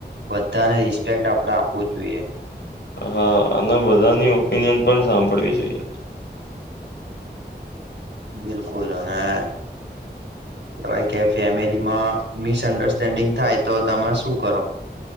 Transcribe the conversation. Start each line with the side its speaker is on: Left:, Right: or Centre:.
Right: બધાને રિસ્પેક્ટ આપડે આપવુ જોઈએ.
Left: હા અને બધાની ઓપિનિયન પણ સાંભળવી જોઈએ.
Right: બિલકુલ અને કોઈ કે છે ફેમિલીમાં મિસઅન્ડરસ્ટેન્ડિંગ થાય તો તમે શું કરો